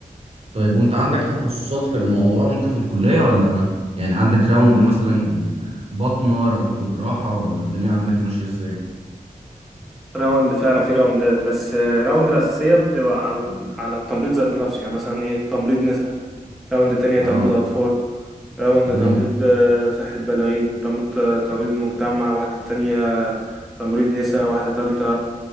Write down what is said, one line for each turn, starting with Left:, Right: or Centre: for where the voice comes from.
Right: طيب وانت عندك تخصصات في الموضوع وانت في الكلية ولا يعني عندك راوند مثلا بطنة راوند جراحة ولا الدنيا عندك ماشية ازاي
Centre: راوند فعلا في راوندات بس آه، الراوند الأساسية بتبقى على على التمريض ذات نفسه يعني مثلا ايه تمريض نساء راوند تانية تمريض
Right: اه
Centre: أطفال راوند
Right: تمام
Centre: تمريض آه، صحة بالغين رمت آه، تمريض مجتمع واحدة تانية تمريض نساء واحدة تالتة